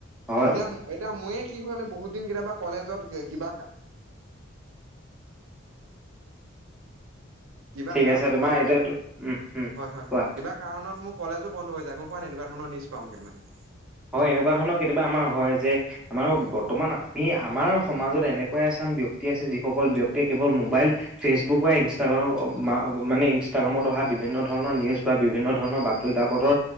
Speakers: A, in the centre; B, on the right.
A: হয়
B: এতিয়া
A: হয়
B: এতি মইয়ে কি হয়ানে বহুত দিন কেতিয়াবা কলেজত কিবা কিবা
A: ঠিক
B: কাৰণত
A: আছে তোমাৰ
B: কলে
A: এতিয়াতো উম উম
B: হয় হয়
A: কোৱা
B: কিবা কাৰণত মোক কলেজো বন্ধ হৈ যায় গ মই ভালে এনেকুৱা ধৰ নিজ পাওঁ কেনে
A: হয় এনেকুৱা ধৰণৰ কেতিয়াবা আমাৰ হয় যে আমাৰ
B: হয়
A: বৰ্তমান আমি আমাৰ সমাজত এনেকুৱা এছান ব্যক্তি আছে যিসকল ব্যক্তিয়ে কেৱল মোবাইল ফেচবুক বা ইনষ্টাগ্ৰামৰ। মানে ইনষ্টাগ্ৰামত অহা বিভিন্ন ধৰণৰ নিউজ বা বিভিন্ন ধৰণৰ বাতৰি কাকতৰ